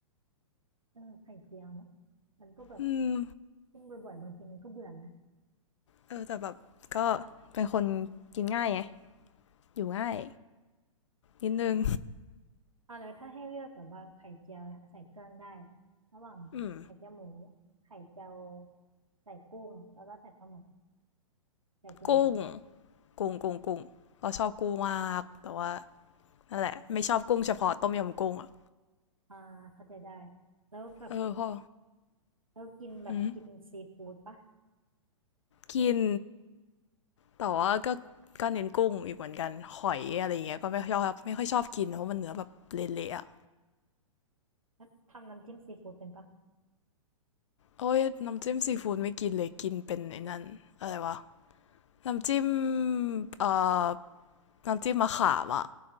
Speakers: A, on the right; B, on the left.
A: เออไข่เจียวเนาะมันก็แบบ
B: อืม
A: กินบ่อยๆบางทีมันก็เบื่อนะ
B: เออแต่แบบก็เป็นคนกินง่ายไงอยู่ง่ายนิดนึง
A: อ่าแล้วถ้าให้เลือกแบบว่าไข่เจียวเนี่ยใส่เครื่องได้ระหว่างไข่เจียวหมู
B: อืม
A: ไข่เจียวใส่กุ้งแล้วก็ใส่ปลาหมึกอยากกินอะไร
B: กุ้งกุ้งกุ้งกุ้งเราชอบกุ้งมากแต่ว่านั่นแหละไม่ชอบกุ้งเฉพาะต้มยำกุ้งอะ
A: อ่าเข้าใจได้แล้วแบบ
B: เออพอ
A: แล้วกินแบบกินซีฟู้ดปะ
B: อืมกินแต่ว่าก็ก็เน้นกุ้งอีกเหมือนกันหอยอะไรเงี้ยก็ไม่ชอบไม่ค่อยชอบกินเพราะมันเนื้อแบบเละๆอะ
A: แล้วทำน้ำจิ้มซีฟู้ดเป็นปะ
B: โอ้ยน้ำจิ้มซีฟู้ดไม่กินเลยกินเป็นไอ้นั่นอะไรวะ น้ำจิ้มเอ่อน้ำจิ้มมะขามอะ